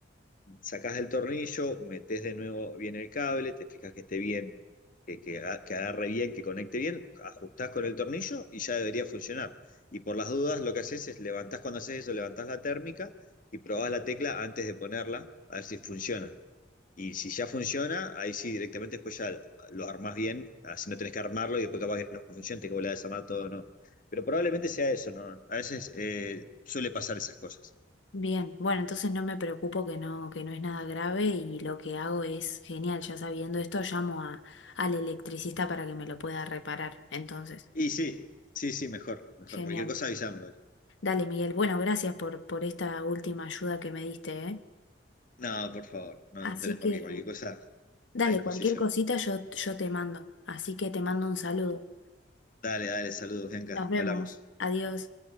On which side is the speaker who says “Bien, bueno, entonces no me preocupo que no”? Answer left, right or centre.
Left